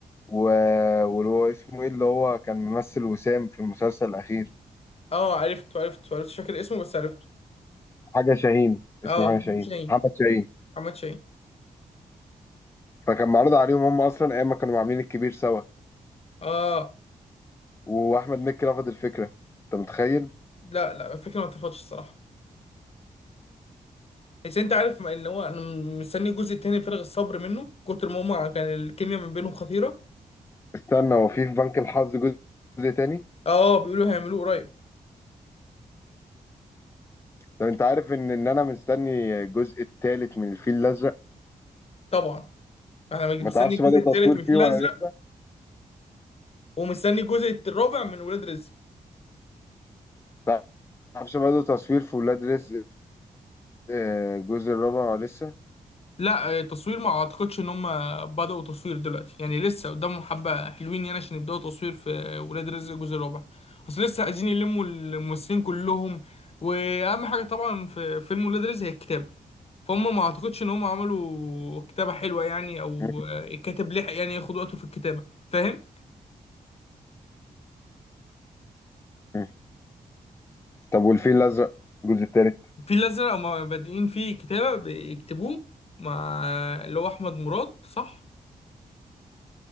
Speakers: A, on the left; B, on the left.
A: و... واللي هو اسمه ايه اللي هو كان ممثل وسام في المسلسل الاخير
B: اه عرفته عرفته عرفته مش فاكر اسمه بس عرفته
A: حاجه شاهين
B: اه
A: اسمه حاجه
B: محمد
A: شاهين
B: شاهين
A: محمد شاهين
B: محمد شاهين
A: فكان معروض عليهم هم اصلا ايام ما كانوا عاملين الكبير سوا
B: اه
A: واحمد مكي رفض الفكره انت متخيل
B: لا لا الفكرة ما اتفقتش الصراحة بس انت عارف ان هو انا مستني الجزء التاني بفارغ الصبر منه كتر ما هما كان الكيمياء ما بينهم خطيرة
A: استنى هو في في بنك الحظ جزء جزء تاني
B: اه بيقولوا هيعملوه قريب
A: طب انت عارف ان ان انا مستني الجزء التالت من الفيل الازرق
B: طبعا انا
A: ما
B: مستني
A: تعرفش
B: الجزء
A: بدأوا
B: التالت
A: تصوير
B: من الفيل
A: فيه ولا
B: الازرق
A: لسه
B: ومستني الجزء الرابع من ولاد رزق
A: ما تعرفش بدأوا تصوير في ولاد رزق آه، الجزء الرابع ولا لسه
B: لا آه، تصوير ما اعتقدش ان هم بدأوا تصوير دلوقتي يعني لسه قدامهم حبة حلوين يعني عشان يبدأوا تصوير في ولاد رزق الجزء الرابع اصل لسه عايزين يلموا الممثلين كلهم واهم حاجة طبعا في فيلم ولاد رزق هي الكتابة فهم ما اعتقدش ان هم عملوا كتابة حلوة يعني او
A: مم.
B: آه، الكاتب لحق يعني ياخد وقته في الكتابة فاهم
A: مم. طب والفيل الازرق الجزء التالت
B: في الازرق هم بادئين فيه كتابة بيكتبوه مع اللي هو احمد مراد صح